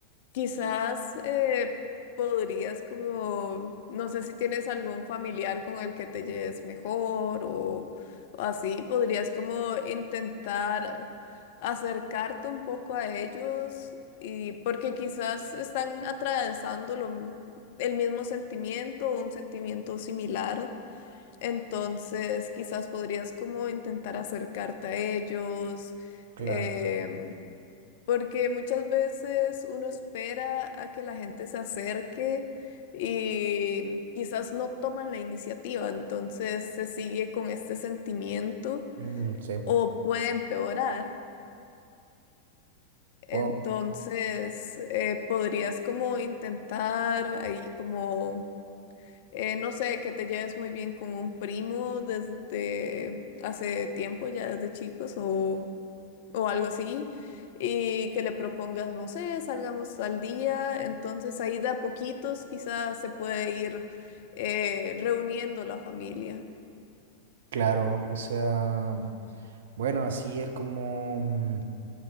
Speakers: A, on the left; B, on the right.
A: quizás eh, podrías como, no sé si tienes algún familiar con el que te lleves mejor o, o así, podrías como intentar acercarte un poco a ellos y porque quizás están atravesando lo m- el mismo sentimiento o un sentimiento similar, entonces quizás podrías como intentar acercarte a ellos.
B: claro.
A: em, porque muchas veces uno espera a que la gente se acerque y quizás no toman la iniciativa, entonces se sigue con este sentimiento
B: Mm, sí, pues,
A: o puede empeorar. Entonces,
B: bueno,
A: eh, podrías como intentar ahí como, eh, no sé, que te lleves muy bien con un primo desde hace tiempo, ya desde chicos, o o algo así, y que le propongas, no sé, salgamos al día, entonces ahí de a poquitos quizás se puede ir eh, reuniendo la familia.
B: claro, o sea... Bueno, así es como, mm,